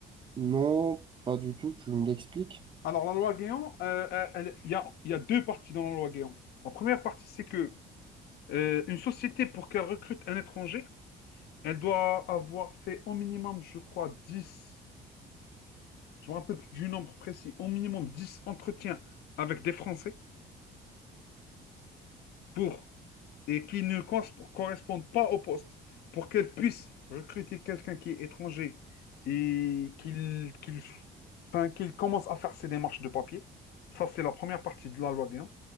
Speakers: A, on the right; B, on the left.
A: Non, pas du tout, tu me l'expliques?
B: Alors la loi Guéant, euh, elle- elle- il y a, il y a deux parties dans la loi Guéant. La première partie c'est que Euh, une société, pour qu'elle recrute un étranger, elle doit avoir fait au minimum, je crois, 10, je me rappelle plus du nombre précis, au minimum 10 entretiens avec des Français pour et qui ne cons- correspondent pas au poste pour qu'elle puisse recruter quelqu'un qui est étranger et qu'il qu'il enfin, qu'il commence à faire ses démarches de papier. Ça, c'est la première partie de la loi Guillaume.